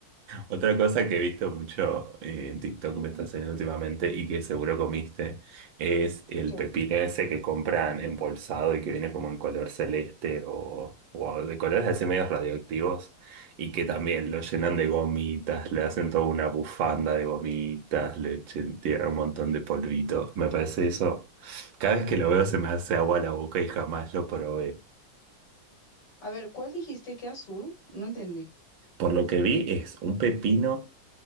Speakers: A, on the right; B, on the left.
A: Otra cosa que he visto mucho eh, en TikTok
B: Ujú.
A: me está haciendo últimamente y que seguro comiste es el
B: ¿Qué?
A: pepino ese que compran embolsado y que viene como en color celeste o, o de colores así medios radioactivos y que también lo llenan de gomitas, le hacen toda una bufanda de gomitas, le echen- tiran un montón de polvito. Me parece eso, cada vez que lo veo se me hace agua a la boca y jamás lo probé.
B: A ver, ¿cuál dijiste que azul? No entendí.
A: Por lo que vi es un pepino.